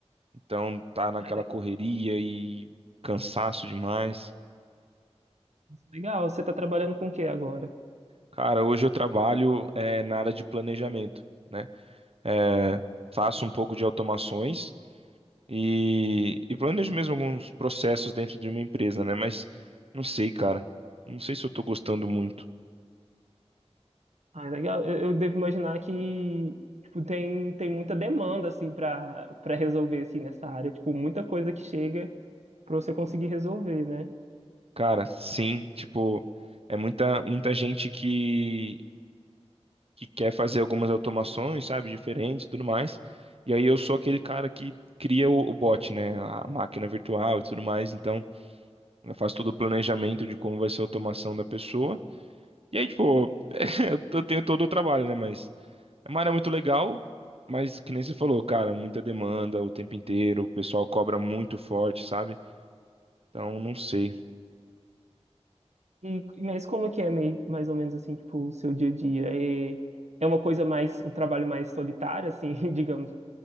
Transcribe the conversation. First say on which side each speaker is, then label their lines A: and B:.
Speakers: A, on the right; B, on the right.
A: Então tá naquela
B: Ah, le-
A: correria e cansaço demais.
B: legal, você tá trabalhando com o que agora?
A: Cara, hoje eu trabalho é, na área de planejamento, né? É, faço um pouco de automações e, e planejo mesmo alguns processos dentro de uma empresa, né? Mas não sei, cara. Não sei se eu tô gostando muito.
B: Ah, legal, eu, eu devo imaginar que tipo, tem, tem muita demanda, assim, pra, pra resolver, assim, nessa área. Tipo, muita coisa que chega pra você conseguir resolver, né?
A: Cara, sim, tipo, é muita, muita gente que, que quer fazer algumas automações, sabe, diferentes e tudo mais. E aí eu sou aquele cara que cria o, o bot, né, a máquina virtual e tudo mais. Então, eu faço todo o planejamento de como vai ser a automação da pessoa. E aí, tipo, <laughs> eu eu tenho todo o trabalho, né, mas é uma área muito legal, mas que nem você falou, cara, muita demanda o tempo inteiro, o pessoal cobra muito forte, sabe? Então, não sei.
B: E, mas como é que é meio, mais ou menos, assim, tipo, o seu dia a dia? É, é uma coisa mais, um trabalho mais solitário, assim, <laughs> digamos